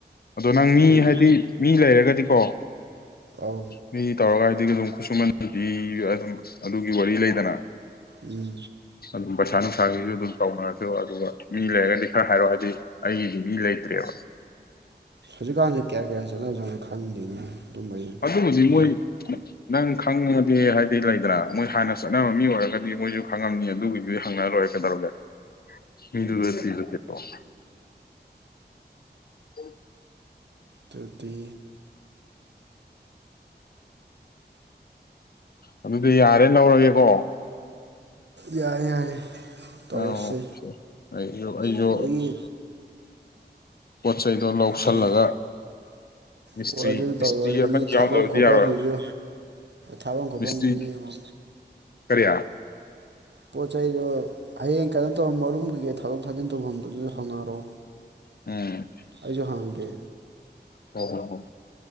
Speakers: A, on the left; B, on the right.
A: ꯑꯗꯣ ꯅꯪ ꯃꯤ
B: ꯑꯗꯨꯒꯤ
A: ꯍꯥꯏꯗꯤ ꯃꯤ ꯂꯩꯔꯒꯗꯤꯀꯣ
B: ꯑꯧ
A: ꯃꯤ ꯇꯧꯔꯒ ꯑꯗꯨ ꯑꯗꯨꯝ ꯈꯨꯠꯁꯨꯃꯟ ꯗꯤ ꯑꯗꯨꯝ ꯑꯗꯨꯒꯤ ꯋꯥꯔꯤ ꯂꯩꯗꯅ
B: ꯎꯝ
A: ꯑꯗꯨꯝ ꯄꯩꯁꯥ ꯅꯨꯡꯁꯥꯒꯤꯁꯨ ꯑꯗꯨꯝ ꯇꯧꯅꯔꯁꯨ ꯑꯗꯨꯒ ꯃꯤ ꯂꯩꯔꯒꯗꯤ ꯈꯔ ꯍꯥꯏꯔꯣ ꯍꯥꯏꯗꯤ ꯑꯩꯒꯤꯗꯤ ꯃꯤ ꯂꯩꯇ꯭ꯔꯦꯕ
B: ꯍꯧꯖꯤꯛꯀꯥꯟꯁꯦ ꯀꯌꯥ ꯀꯌꯥ ꯆꯠꯅꯖꯠꯅꯣ ꯈꯪꯗꯦꯅꯦ ꯑꯗꯨꯝꯕꯩ
A: ꯑꯗꯨ ꯍꯧꯖꯤ
B: ꯀꯣ
A: ꯃꯣꯏ ꯅꯪ ꯈꯪꯉꯗꯤ ꯍꯥꯏꯗꯤ ꯂꯩꯗꯅꯥ ꯃꯣꯏ ꯍꯥꯟꯅ ꯆꯠꯅꯕ ꯃꯤ ꯑꯣꯏꯔꯒꯗꯤ ꯃꯣꯏꯁꯨ ꯈꯪꯉꯝꯅꯤ ꯑꯗꯨꯒꯤꯗꯨꯗꯤ ꯍꯪꯅ ꯂꯣꯏꯔꯦ ꯀꯩꯗꯧꯔꯒꯦ <unintelligible> ꯍꯣ
B: ꯑꯗꯨꯗꯤ
A: ꯑꯗꯨꯗꯤ ꯌꯥꯔꯦꯅ ꯂꯧꯔꯒꯦꯀꯣ
B: ꯌꯥꯔꯦ ꯌꯥꯔꯦ ꯇꯧꯔꯁꯤ
A: ꯑꯥ ꯑꯣꯀꯦ ꯑꯩꯁꯨ ꯑꯩꯁꯨ
B: ꯑꯗꯒꯤ
A: ꯄꯣꯠꯆꯩꯗꯣ ꯂꯧꯁꯜꯂꯒ
B: ꯑꯗꯨ
A: ꯃꯤꯁꯇ꯭ꯔꯤ
B: ꯍꯣꯏ ꯑꯗꯨ
A: ꯃꯤꯁꯇ꯭ꯔꯤ
B: ꯇꯧꯔꯣ ꯑꯗꯒꯤ
A: ꯑꯃꯅꯤ ꯌꯥꯎꯗꯕꯗꯤ
B: ꯊꯥꯕꯝ ꯈꯣꯠꯐꯝꯗꯨꯁꯨ
A: ꯌꯥꯔꯣꯏ
B: ꯊꯥꯕꯝ ꯈꯣꯠꯐꯝꯗꯨ
A: ꯃꯤꯁꯇ꯭ꯔꯤ
B: ꯌꯦꯡꯉꯣ
A: ꯀꯔꯤ
B: ꯄꯣꯠ ꯆꯩꯗꯣ ꯍꯌꯦꯡ ꯀꯩꯅꯣ ꯇꯧ ꯃꯔꯨꯝ ꯀꯩꯀꯩ ꯊꯥꯗꯣꯛ ꯊꯥꯖꯤꯟ ꯇꯧꯐꯝꯗꯨꯗꯨꯁꯨ ꯍꯪꯅꯔꯣ
A: ꯎꯝ
B: ꯑꯩꯁꯨ ꯍꯪꯒꯦ
A: ꯍꯣ ꯍꯣ